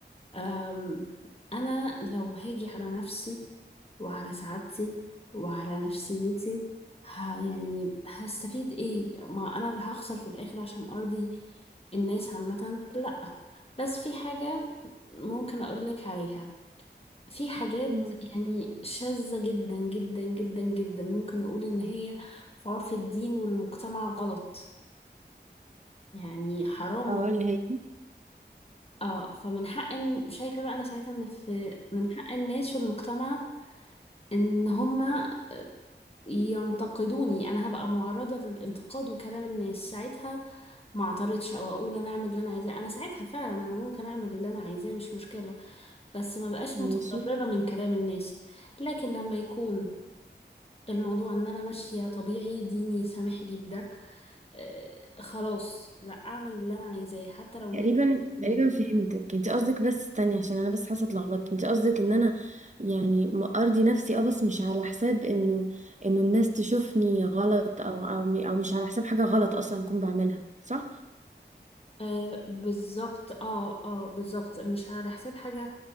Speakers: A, on the left; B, on the right.
A: أم، أنا لو هاجي على نفسي وعلى سعادتي وعلى نفسيتي ها يعني هستفيد ايه ما أنا اللي هخسر في الآخر عشان أرضي الناس عامة لأ بس في حاجة ممكن أقولك عليها في حاجات
B: أو.
A: يعني شاذة جدا جدا جدا جدا ممكن نقول إن هي في عرف الدين والمجتمع غلط يعني حرام
B: اه
A: و...
B: اللي هي
A: اه فمن حق إن... شايفة بقى أنا ساعتها إن في من حق الناس والمجتمع إن هما ينتقدوني أنا هبقى معرضة للانتقاد وكلام الناس ساعتها ما اعترضش أو أقول أنا أعمل اللي أنا عايزاه أنا ساعتها فعلا أنا ممكن أعمل اللي أنا عايزاه مش مشكلة بس ما بقاش
B: ماشي
A: متضررة من كلام الناس لكن لما يكون الموضوع ان انا ماشيه طبيعي ديني سامح لي بده آه خلاص لا اعمل اللي انا عايزاه حتى لو الناس
B: تقريبا
A: بدوني
B: تقريبا فهمتك انت قصدك بس استني عشان انا بس حاسه اتلخبطت انت قصدك ان انا يعني م- ارضي نفسي اه بس مش على حساب انه انه الناس تشوفني غلط او او م- او مش على حساب حاجه غلط اصلا اكون بعملها صح؟
A: آه بالظبط اه اه بالظبط مش على حساب حاجه